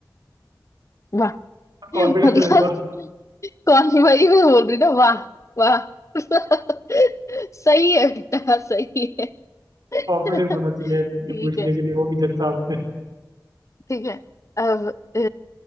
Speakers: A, on the left; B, on the right.
A: वाह
B: <laughs>
A: <laughs>
B: कॉन्फिडेंस
A: मतलब
B: तो देखो
A: कौन सी भाई मैं बोल रही ना वाह वाह <laughs> सही है बेटा सही है
B: कॉन्फिडेंस
A: <laughs>
B: होना चाहिए ये
A: ठीक
B: पूछने
A: है
B: के लिए वो भी जज साहब से
A: ठीक है अब अ,